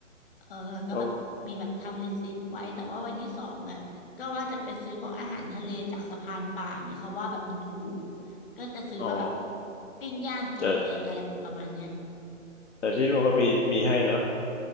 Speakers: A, on the left (about 45°); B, on the left (about 65°).
A: เออก็แบบมีแบบทำลิสต์ไว้แต่ว่าวันที่สองอ่ะก็ว่าจะไปซื้อพวกอาหารทะเลจากสะพานป่าอย่างเงี้ยเขาว่าแบบมันถูก
B: ก็
A: ก็จะซื้อมาแบบ
B: อ๋อ
A: ปิ้งย่างกินเองอะไรแบบประมาณเนี้ย
B: แต่แต่ที่นู่นก็มีมีให้เนาะ